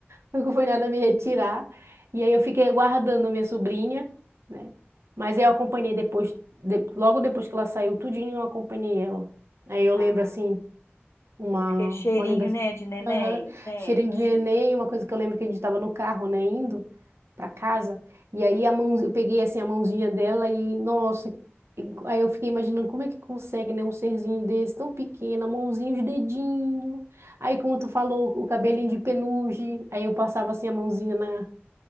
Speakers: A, on the right; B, on the left.
A: fui acompanhada a me retirar. E aí eu fiquei aguardando minha sobrinha, né? Mas eu acompanhei depois, de- logo depois que ela saiu tudinho, eu acompanhei ela. Aí eu
B: Ah,
A: lembro assim uma,
B: aquele cheirinho,
A: uma lembrança.
B: né, de neném.
A: Aham.
B: Gente,
A: Cheirinho de neném, uma coisa que eu lembro que a gente estava no carro, né, indo para casa, e aí a mão, eu peguei assim a mãozinha dela e, nossa, e- aí eu fiquei imaginando como é que consegue, né, um serzinho desse tão pequeno, a mãozinha, os dedinhos, aí como tu falou, o cabelinho de peluche, aí eu passava assim a mãozinha na,